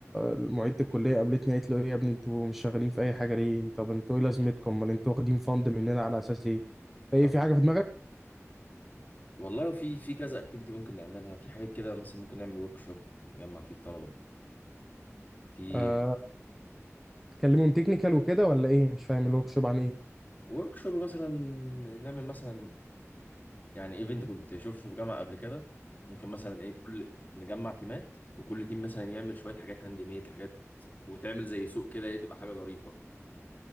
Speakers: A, in the centre; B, on the left.
A: معيده الكليه قابلتني قالت له ايه يا ابني انتوا مش شغالين في اي حاجه ليه طب انتوا ايه لازمتكم امال انتوا واخدين فند مننا على اساس ايه فايه
B: طب
A: في حاجه في دماغك
B: والله في في كذا اكتيفيتي ممكن نعملها في حاجات كده مثلا ممكن نعمل ورك شوب نجمع فيه الطلبه في
A: آه تكلمهم تكنيكال وكده ولا ايه مش فاهم الورك شوب عن ايه
B: ورك شوب مثلا نعمل مثلا يعني ايفنت كنت شفته في جامعه قبل كده ممكن مثلا ايه كل نجمع تيمات وكل تيم مثلا يعمل شويه حاجات هاند ميد حاجات وتعمل زي سوق كده ايه تبقى حاجه ظريفه